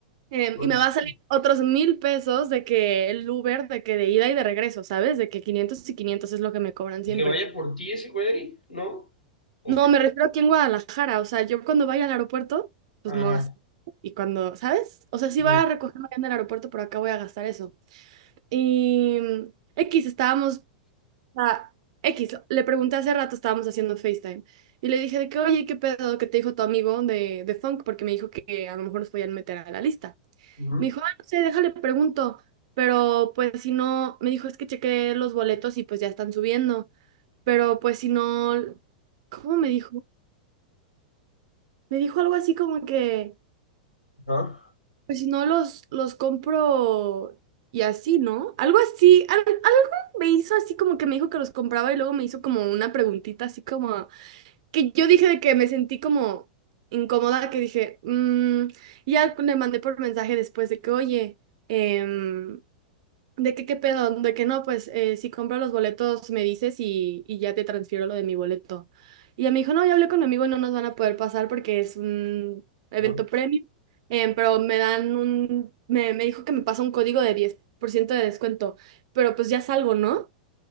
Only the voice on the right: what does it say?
em,
y me va a salir otros mil pesos de que el Uber, de que de ida y de regreso, ¿sabes? De que 500 y 500 es lo que me cobran
siempre.
No, me refiero aquí en Guadalajara. O sea, yo cuando vaya al aeropuerto, pues
no gasto. Y cuando, ¿sabes? O sea, sí
voy a recogerme allá en el aeropuerto, pero acá voy a gastar eso. Y mm, X, estábamos, a X, le pregunté hace rato, estábamos haciendo FaceTime. Y le dije de que, oye, ¿qué pedo que te dijo tu amigo de, de Funk? Porque me dijo que a lo mejor nos podían meter a la lista.
Me dijo, ah, no sé, déjale, pregunto. Pero pues si no, me dijo, es que chequé los boletos y pues ya están subiendo. Pero pues si no, ¿cómo me dijo? Me dijo algo así como que,
pues si no los, los compro y así, ¿no? Algo así, al- algo me hizo así como que me dijo que los compraba y luego me hizo como una preguntita así como, que yo dije de que me sentí como incómoda, que dije, mm, y ya le mandé por mensaje después de que, oye, em, de que qué pedo, de que no, pues eh, si compro los boletos me dices y, y ya te transfiero lo de mi boleto. Y ella me dijo, no, ya hablé con mi amigo y no nos van a poder pasar porque es un evento
premium, em, pero me dan un, me, me dijo que me pasa un código de 10% de descuento, pero pues ya salgo, ¿no?